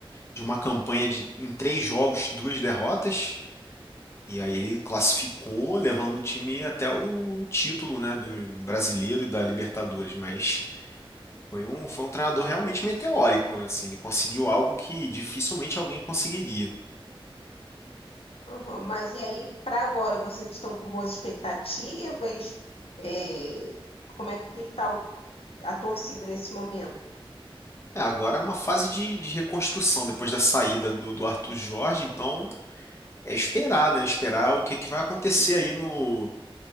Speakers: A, on the left (about 30°); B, on the left (about 80°).
A: de uma campanha de em três jogos, duas derrotas. E aí ele classificou, levando o time até o título, né, do brasileiro e da Libertadores, mas foi um, foi um treinador realmente meteórico, assim, ele conseguiu algo que dificilmente alguém conseguiria.
B: Aham, mas e aí, para agora, vocês estão com boas expectativas? É, como é que tá o- a torcida nesse momento?
A: É, agora é uma fase de, de reconstrução depois da saída do, do Arthur Jorge, então é esperar, né? Esperar o que, que vai acontecer aí no,